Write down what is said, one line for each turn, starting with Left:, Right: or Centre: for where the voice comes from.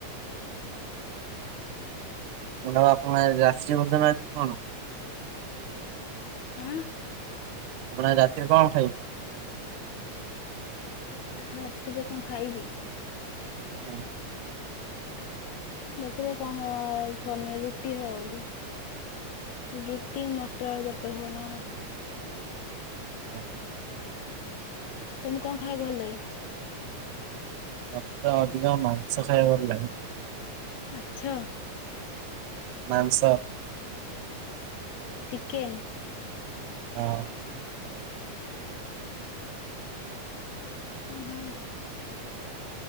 Right: ଆପଣଙ୍କ ଆଜି ରାତ୍ରି ଭୋଜନ ଆଜି କଣ?
Left: ହାଁ।
Right: ଆପଣ ଆଜି ରାତିରେ କଣ ଖାଇବେ?
Left: ରାତିରେ କଣ ଖାଇବି?
Right: ହୁଁ।
Left: ରାତିରେ କଣ ଶନିବାର ରୁଟି ହବ ବୋଧେ। ରୁଟି, ମଟର ଆଳୁ ତରକାରୀ ହବ ନା କଣ।
Right: ହ
Left: ତମକୁ କଣ ଖାଇବାକୁ ଭଲ ଲାଗେ?
Right: ମତେ ଅଧିକ ମାଂସ ଖାଇବାକୁ ଭଲ ଲାଗେ।
Left: ଆଚ୍ଛା।
Right: ମାଂସ।
Left: ଚିକେନ।
Right: ହଁ।
Left: ହଁ ହଁ